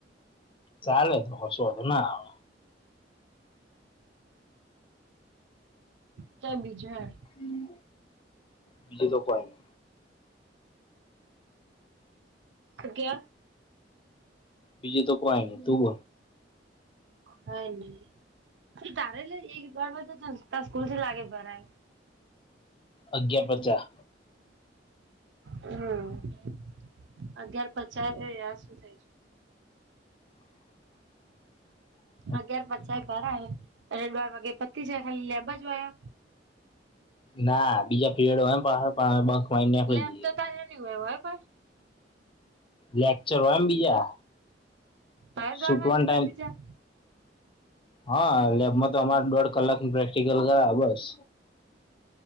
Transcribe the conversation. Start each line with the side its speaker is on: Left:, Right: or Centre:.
Left: ચાલે તો કશું વાંધો ના આવ.
Right: ત બીજા
Left: હમ બીજું તો કોઈ નઈ.
Right: અયા
Left: બીજું તો કોય ન તું
Right: હ નને તારે એક બર ત સ્કૂલ લાગે પરા
Left: અગિયાર પચાસ
Right: હમ અગયાર પચાસ શું થાય છે.
Left: <unintelligible>
Right: અગિયાર પાંછાય ભરા અને બાર વાગે પતિ જાય ખાલી લેબા જયા
Left: ના બીજા પીરિયડ એમ પા પણં નીકળી
Right: લેબ તો તારેની હોય હોય પણાઈ
Left: લેક્ચર હોય એમ બીજા
Right: ત દોઢ
Left: છૂટવાનો
Right: વાગે
Left: ટાઈમ
Right: પતી જ
Left: હા લેબમાં તો અમારે દોઢ કલાક પ્રેક્ટિકલ કરા બસ